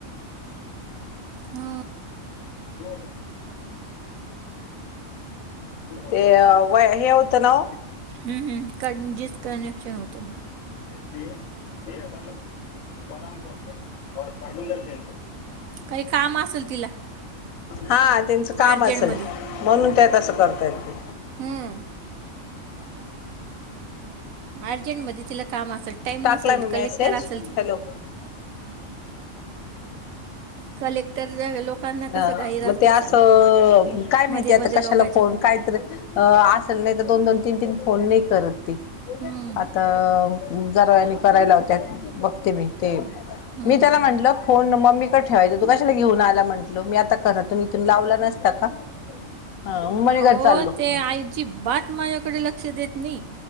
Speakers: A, on the right; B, on the left.
A: ह
B: हो ते व हे होतं ना
A: ह ह क जीच कनेक्शन होतं मग
B: एसी अदत तुकारा ग परवििंदर सेन को
A: काही काम असेल तिला
B: हा त्यांचं काम
A: अर्जंटमध्ये
B: असेल म्हणून त्यातसं करताय ते
A: ह अर्जंट मध्ये तिला काम असेल टाइम
B: टाकला
A: नसेल
B: मी मेसेज
A: कलेक्टर असेल ती...
B: हॅलो
A: कलेक्टर लोकांना
B: ह
A: कसं घाई
B: मग
A: असते
B: ते असं
A: सारखी
B: काय माहिती
A: मध्ये
B: आता
A: मध्ये
B: कशाला
A: लोकांच्या
B: फोन काहीतरी असेल नाही तर दोन दोन तीन तीन फोन नाही करत ती
A: हम्म.
B: आता जरानी करायला लावत्यात बघते मी ते
A: हु
B: मी
A: ह
B: त्याला म्हटलं फोन मम्मी कडन ठेवायचं तू कशाला घेऊन आला म्हटलो मी आता घरातून इथून लावला नसता का हा मम्मीकडे
A: हो
B: चाललो
A: ते
B: मग
A: आईजिब्बात माझ्याकडे लक्ष देत नाही